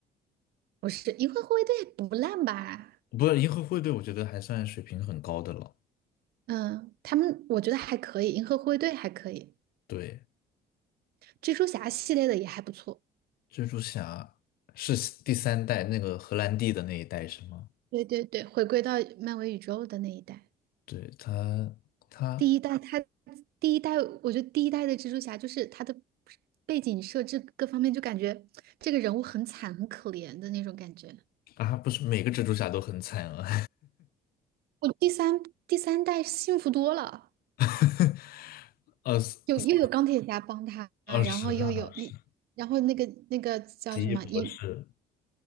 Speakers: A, on the right; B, on the left.
A: 不是《银河护卫队》不烂吧？
B: 不是，银河护卫队，我觉得还算水平很高的了。
A: 嗯，他们我觉得还可以，《银河护卫队》还可以，
B: 对，
A: 蜘蛛侠系列的也还不错。
B: 蜘蛛侠是第三代那个荷兰弟的那一代是吗？
A: 对对对，回归到漫威宇宙的那一代，
B: 对，他他
A: 第一代他第一代，我觉得第一代的蜘蛛侠就是他的背景设置各方面，就感觉这个人物很惨很可怜的那种感觉。
B: 啊，不是每个蜘蛛侠都很惨啊，
A: 我第三第三代幸福多了，
B: <laughs> 二十
A: 有又有钢铁侠帮他，然后又有一，
B: 二十那倒是
A: 然后那个那个叫什么姨
B: 奇异博士，